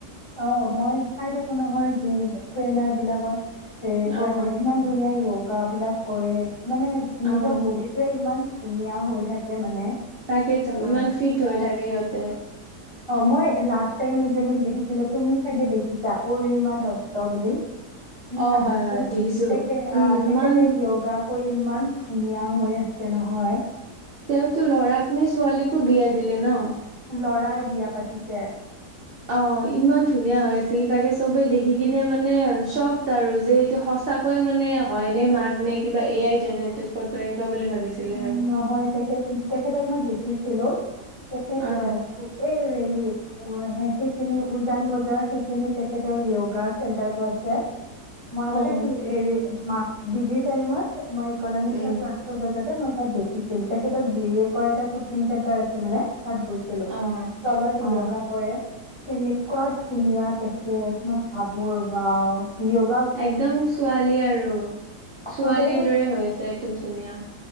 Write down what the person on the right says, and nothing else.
অ
অ
তাকেতো
ইমান ফিট হৈ
থাকে সিহঁতে।
<inaudible>
হয়
হয় দেখিছো
উম ইমান
তেওঁতো লৰাক নে, ছোৱালীকো বিয়া দিলে ন?
অ, ইমান ধুনীয়া হৈ আছিল, তাকে চবে দেখি কিনে মানে চখ আৰু যে এইটো সঁচা কৈ মানে হয় নে, মাক নে কিবা এ, আই, জেনেৰেটেড
ফটো এনেকুৱা বুলি ভাবিছিলে
আৰু।
অ
অ
উম
অ
অ
একদম ছোৱালী আৰু, ছোৱালীৰ
দৰে হৈ আছে একদম ধুনীয়া।